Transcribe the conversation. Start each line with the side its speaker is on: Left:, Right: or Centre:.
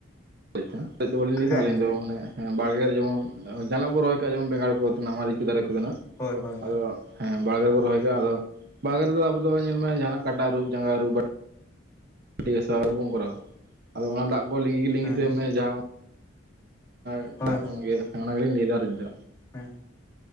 Right: ᱟᱨᱮᱡ ᱛᱮᱦᱮᱸᱱᱟ, ᱟᱨᱮᱡ ᱫᱚ ᱵᱟᱞᱤᱧ ᱞᱟᱹᱭ
Left: ᱦᱮᱸ
Right: ᱫᱟ ᱟᱹᱞᱤᱧ
Left: ᱦᱮᱸ
Right: ᱫᱚ ᱢᱟᱱᱮ ᱦᱮᱸ ᱵᱟᱲᱜᱮ ᱨᱮ ᱡᱮᱢᱚᱱ ᱚ ᱡᱟᱦᱟᱸᱱᱟᱜ ᱵᱚᱱ ᱨᱚᱦᱚᱭ ᱠᱟᱜ-ᱟ ᱡᱮᱢᱚᱱ ᱵᱮᱸᱜᱟᱲ ᱠᱚ ᱛᱮᱱᱟᱜ ᱢᱟᱨᱤᱪ ᱠᱚ ᱫᱟᱨᱮ ᱠᱚᱜᱮ ᱛᱮᱱᱟᱜ,
Left: ᱦᱳᱭ ᱦᱳᱭ ᱦᱳᱭ
Right: ᱟᱫᱚ ᱦᱮᱸ ᱵᱟᱲᱜᱮ ᱨᱮᱵᱚᱱ ᱨᱚᱦᱚᱭ ᱠᱟᱜ-ᱟ ᱟᱫᱚ ᱵᱟᱲᱜᱮ ᱨᱮᱫᱚ ᱟᱵᱚ ᱫᱚ ᱧᱮᱞ ᱢᱮ ᱡᱟᱦᱟᱸᱱᱟᱜ ᱠᱟᱴᱟ ᱟᱨᱩᱵ ᱡᱟᱸᱜᱟ ᱟᱨᱩᱵ ᱵᱟ ᱵᱟᱴᱤ ᱜᱟᱥᱟᱣ ᱟᱵᱚ ᱵᱚᱱ ᱠᱚᱨᱟᱣᱟ, ᱟᱫᱚ ᱚᱱᱟ ᱫᱟᱜ ᱠᱚ ᱞᱤᱸᱜᱤ ᱞᱤᱜᱤ
Left: ᱦᱮᱸ
Right: ᱛᱮ ᱢᱟᱱᱮ ᱡᱟᱦᱟᱸ <inaudible>
Left: ᱦᱳᱭ ᱦᱳᱭ
Right: ᱚᱱᱟ ᱜᱮ, ᱦᱮᱸ ᱟᱱᱟ ᱜᱮᱞᱤᱧ ᱞᱟᱹᱭ ᱫᱟ ᱟᱨᱮᱡ ‌ᱫᱚ᱾
Left: ᱦᱮᱸ᱾